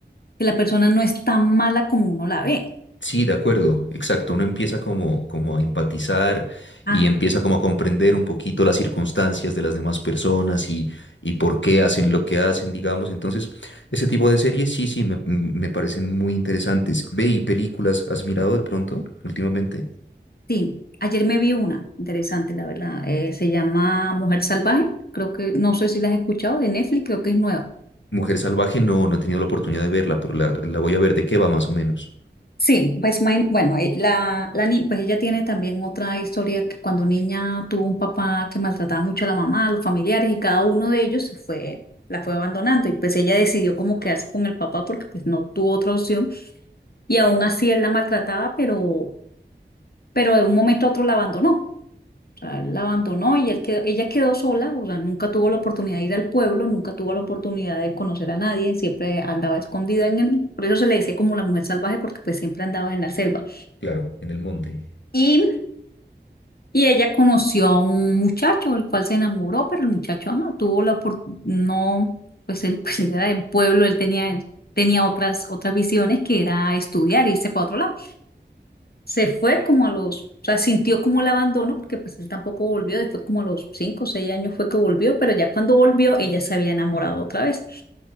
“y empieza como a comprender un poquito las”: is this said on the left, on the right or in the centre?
Left